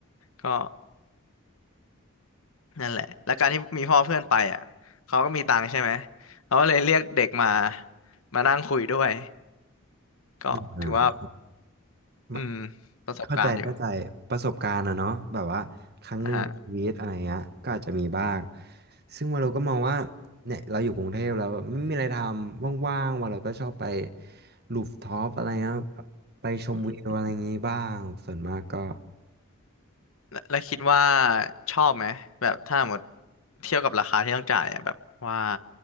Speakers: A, on the left (about 75°); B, on the right (about 50°).
A: ก็นั่นแหละแล้วการที่มีพ่อเพื่อนไปอ่ะเขาก็มีตังค์ใช่ไหมเขาก็เลยเรียกเด็กมามานั่งคุยด้วย ก็ถือว่า
B: อ่า มะ
A: อืมประสบการณ์อยู่
B: เข้าใจเข้าใจประสบการณ์อะเนาะแบบว่าครั้งหนึ่งในชีวิตอะไรเงี้ยก็อาจจะมีบ้าง
A: นะฮะ
B: ซึ่งว่าเราก็มองว่าเนี่ยเราอยู่กรุงเทพแล้วแบบไม่มีอะไรทำว่างๆว่าเราก็ชอบไปลูฟท็อปอะไรเงี้ยไปชมวิวอะไรอย่างงี้บ้างส่วนมากก็
A: อืมแล้วแล้วคิดว่าชอบไหมแบบถ้าหมดเทียบกับราคาที่ต้องจ่ายอ่ะแบบว่า